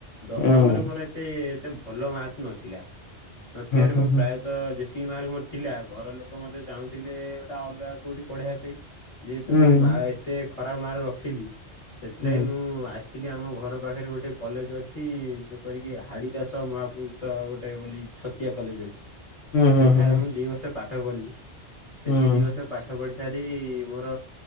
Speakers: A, on the left; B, on the left.
A: ଦଶମରେ
B: ହୁଁ
A: ମୋର ଏତେ ଏତେ ଭଲ ମାର୍କ ନଥିଲା। ନଥିବାରୁ
B: ହୁଁ
A: ମୁଁ
B: ହୁଁ ହୁଁ ହୁଁ
A: ପ୍ରାୟତଃ ଯେ ତି ମାର୍କ ମୋର ଥିଲା ଘର ଲୋକ ମତେ ଚାହୁଁଥିଲେ ଗୋଟା ଅଲଗା କୋଉଠି ପଢ଼େଇବା ପାଇଁ। ଯେହେତୁ
B: ହୁଁ।
A: ମୋ ମା ଏତେ ଖରାପ ମାର୍କ ରଖିଲି ସେଥିଲାଗି
B: ହୁଁ
A: ମୁଁ ଆସ୍ ଇଲି ଆମ ଘର ପାଖରେ ଗୋଟେ କଲେଜ୍ ଅଛି ଯେପରି କି ହାଡିଦାସ ମହାପୁରୁଷ ଗୋଟେ ବୋଲି ଛତିଆ କଲେଜ୍ ଅଛି।
B: ହୁଁ
A: ସେଠାରେ
B: ହୁଁ ହୁଁ
A: ମୁଁ ଦି ବର୍ଷ ପାଠ ପଢ଼ିଲି ସେଠି
B: ହୁଁ
A: ଦି ବର୍ଷ ପାଠ ପଢିି଼ ସାରି ମୋର